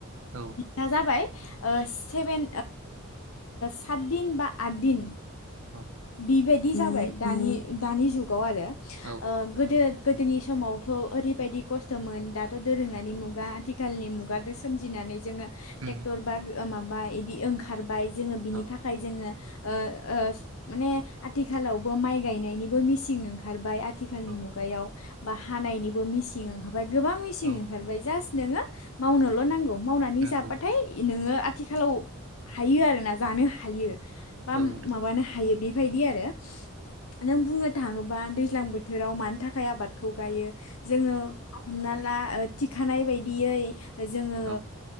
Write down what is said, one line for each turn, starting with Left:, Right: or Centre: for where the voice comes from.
Right: औ
Left: दा जाबाय ओ सेभेन सात दिन बा आद दिन
Right: औ
Left: बेबायदि जाबाय दानि दानि जुगाव आरो
Right: औ
Left: ओ गोदो गोदोनि समावथ' ओरैबायदि खस्थ'मोन दाथ' दोरोङ दानि मुगा आथिखालनि मुगा सोमजिनानै जोङो
Right: उम
Left: ट्रेक्टर बा माबा बिदि ओंखार ओंखारबाय जोङो बिनि
Right: औ
Left: थाखाय जोङो ओ ओ माने आथिखालावबो माइ गायनायनिबो मिसिन ओंखारबाय आथिखालनि
Right: औ
Left: मुगायाव बा हानायनिबो मिसिं ओंखारबाय ओमफ्राय गोबां मेसिं
Right: औ
Left: ओंखारबाय जास्ट नोङो मावनोल' नांगौ मावनानै
Right: नंगौ
Left: जाबाथाय नोङो आथिखालाव हायो आरोना जानो हायो बा
Right: औ
Left: माबानो हायो बेबायदि आरो नों बुंनो थाङोबा दैज्लां बोथोराव मानि थाखाय आबादखौ गायो जोङो हमना ला थिखानाय बायदियै जोङो
Right: औ